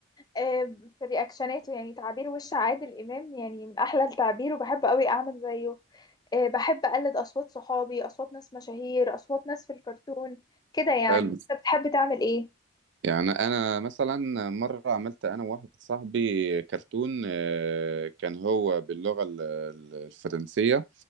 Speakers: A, on the left; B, on the right.
A: إيه في رياكشناته يعني تعبير وش عادل امام يعني من احلى التعبير وبحب قوي اعمل زيه إيه بحب اقلد اصوات صحابي اصوات ناس مشاهير اصوات ناس في الكرتون كده يعني
B: حلو
A: انت بتحب تعمل ايه
B: يعني انا مثلا مره عملت انا وواحد صاحبي كرتون آه، كان هو باللغه ال- ال- الفرنسيه